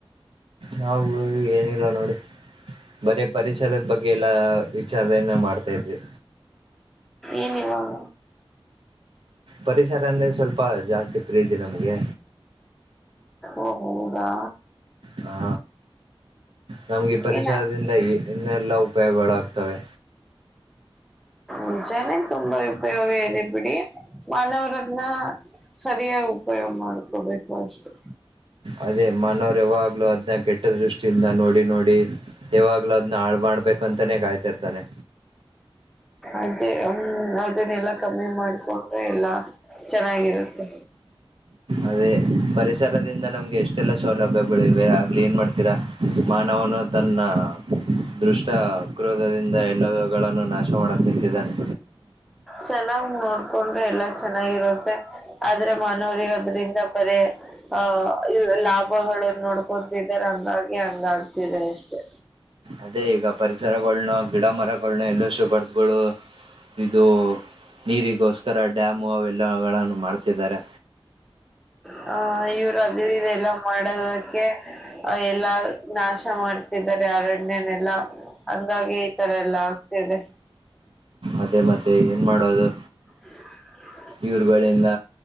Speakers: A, on the right; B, in the centre.
A: ನಾವು ಏನಿಲ್ಲ ನೋಡಿ ಬರೇ ಪರಿಸರದ ಬಗ್ಗೆ ಎಲ್ಲ. ವಿಚಾರಣೆ ಮಾಡ್ತಾ ಇದ್ವಿ.
B: ಎನಿವಾಗ.
A: ಪರಿಸರ ಅಂದ್ರೆ ಸ್ವಲ್ಪ ಜಾಸ್ತಿ ಪ್ರೀತಿ ನಮ್ಗೆ.
B: <inaudible> ಓ ಹೌದಾ.
A: ಹಾ ನಮ್ಗೆ ಪರಿಸರದಿಂದ
B: ಏನ
A: ಇನ್ನೆಲ್ಲಾ ಉಪಯೋಗಗಳುಾಗ್ತವೆ.
B: ನಿಜಾನೆ ತುಂಬಾ ಉಪಯೋಗ ಇದೆ ಬಿಡಿ ಮಾನವರನ್ನಾ. ಸರಿಯಾಗಿ ಉಪಯೋಗ ಮಾಡ್ಕೊಬೇಕು ಅಷ್ಟೇ.
A: ಅದೇ ಮಾನವರು ಯಾವಾಗ್ಲೂ ಅದ್ನ ಕೆಟ್ಟ ದೃಷ್ಟಿಯಿಂದ ನೋಡಿ ನೋಡಿ. ಯಾವಾಗ್ಲ ಅದ್ನ ಹಾಳ್ ಮಾಡ್ಬೇಕಂತಾನೇ ಕಾಯ್ತಿಾರ್ತಾನೆ.
B: ಅದೇ ಹ ಅದನ್ನೆಲ್ಲ ಕಮ್ಮಿ ಮಾಡ್ಕೊಂಡ್ರೆ ಎಲ್ಲಾ ಚೆನ್ನಾಗಿರುತ್ತೆ.
A: ಅದೇ ಪರಿಸರದಿಂದ ನಮ್ಗೆ ಎಷ್ಟೆಲ್ಲ ಸೌಲಭ್ಯಗಲಿವೇ ಆಗ್ಲಿ ಏನ್ ಮಾಡ್ತೀರಾ. ಮಾನವನು ತನ್ನ. ದುಷ್ಟ ಕ್ರೋಧದಿಂದ ಎಲ್ಲ್ಯಗಳನ್ನು ನಾಶ ಮಾಡಕ್ ನಿಂತಿದ್ದಾನೆ.
B: ಚೆನ್ನಾಗ್ ನೋಡ್ಕೊಂಡ್ರೆ ಎಲ್ಲ ಚೆನ್ನಾಗಿರುತ್ತೆ ಆದ್ರೆ ಮಾನವರಿ ಅದ್ರಿಂದ ಬರಿ. ಆಹ ಲಾಭಗಳನ್ನ ನೋಡ್ಕೊತಿದಿದ್ದಾರೆ ಹಂಗಾಗಿ ಹಂಗ ಆಗ್ತಿದೆ ಅಷ್ಟೆ.
A: ಅದೇ ಈಗ ಪರಿಸರಗಳನ್ನ ಗಿಡ ಮರಗಳನ್ನು ಎಲ್ಲ ಶುಗರ್ದಗಳು ಇದು ನೀರಿಗೋಸ್ಕರ ಡ್ಯಾಮು ಅವೆಲ್ಲಗಳನ್ನು ಮಾಡ್ತಿದ್ದಾರೆ.
B: ಹ, <unintelligible> ಇವ್ರು ಅದ ಇದೆಲ್ಲ ಮಾಡದಕ್ಕೆ ಎಲ್ಲಾ ನಾಶ ಮಾಡ್ತಿದ್ದಾರೆ ಅರಣ್ಯನೆಲ್ಲಾ ಹಂಗಾಗಿ ಈ ತರ ಎಲ್ಲಾ ಆಗ್ತದೆ.
A: ಅದೇಮತ್ತೆ ಏನ್ ಮಾಡೋದು.
B: <inaudible>
A: ಇವರುಗಳಿಂದ